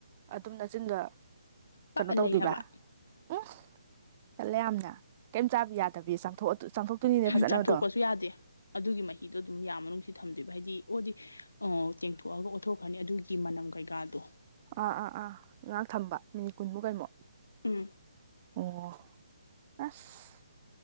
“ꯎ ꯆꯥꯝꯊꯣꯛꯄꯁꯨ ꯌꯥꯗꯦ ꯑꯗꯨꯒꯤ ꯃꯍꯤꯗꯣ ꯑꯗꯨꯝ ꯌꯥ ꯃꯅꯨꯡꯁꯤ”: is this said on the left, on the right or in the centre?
Left